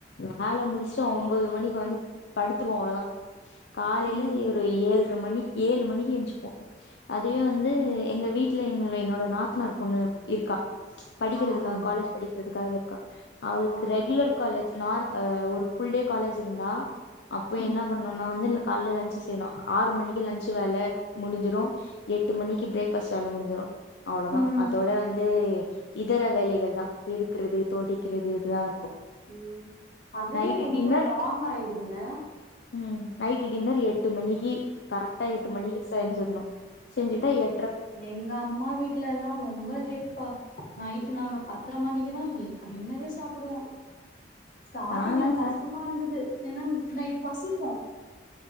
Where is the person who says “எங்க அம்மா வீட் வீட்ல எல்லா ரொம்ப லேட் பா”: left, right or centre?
Left